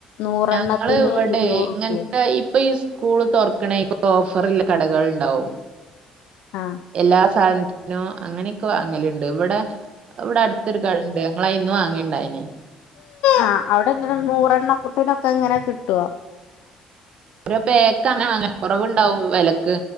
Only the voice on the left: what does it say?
നൂറെണ്ണത്തിന്
ഇരുന്നൂറുപ്യ.
ആഹ്.
ആ അവിടെങ്ങനെ നൂറെണ്ണക്കത്തിനൊക്കെങ്ങനെ കിട്ടോ?